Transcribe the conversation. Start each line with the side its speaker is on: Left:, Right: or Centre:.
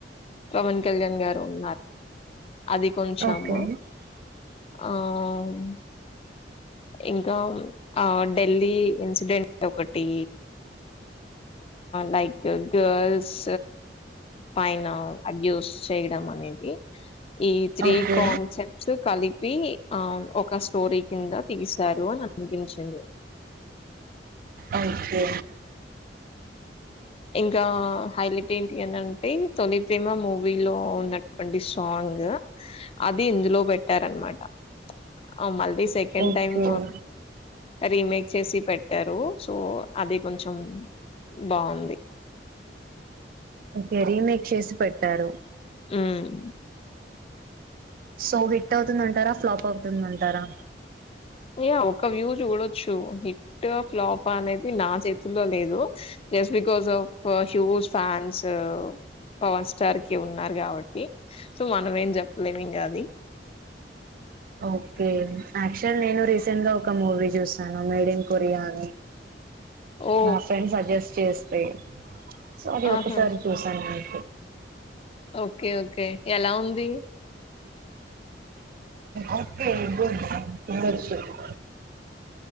Left: పవన్ కళ్యాణ్ గారు ఉన్నారు అది కొంచము
Right: ఓకే
Left: ఆ అవును ఇంకా ఆ ఢిల్లీ ఇన్సిడెంట్ ఒకటి లైక్ గర్ల్స్ పైన అడ్యూస్ చేయడం అనేది ఈ త్రీ
Right: ఓకే
Left: కాన్సెప్ట్స్ కలిపి ఆ ఒక స్టోరీ కింద తీశారు అని అనిపించింది
Right: అంతే
Left: ఇంకా హైలైట్ ఏంటి అనంటే తొలి ప్రేమ మూవీ లో ఉన్నటువంటి సాంగ్ అది ఇందులో పెట్టారన్నమాట <unintelligible> సెకండ్
Right: ఓకే
Left: టైమ్ రీమేక్ చేసి పెట్టారు సో అది కొంచెం బాగుంది
Right: ఒకే రీమేక్ చేసి పెట్టారు
Left: ఆమ్
Right: సో హిట్ అవుతుందంటారా ఫ్లాప్ అవుతుందంటారా
Left: యా ఒక వ్యూ చూడొచ్చు హిట్ ఫ్లాప్ అనేది నా చేతుల్లో లేదు just because of huge fans power star కి ఉన్నారు కాబట్టి సో మనం ఏం చెప్పలేము ఇంకా అది <inaudible>
Right: ఓకే యాక్చువల్ నేను రీసెంట్ గా ఒక మూవీ చూసాను మేడ్ ఇన్ కొరియా అని
Left: ఓ
Right: నా ఫ్రెండ్ సజెస్ట్ చేస్తే సో అది
Left: ఆహా
Right: ఒకసారి చూసాను అ <inaudible>
Left: ఓకే ఓకే ఎలా ఉంది
Right: అ బ సర <inaudible>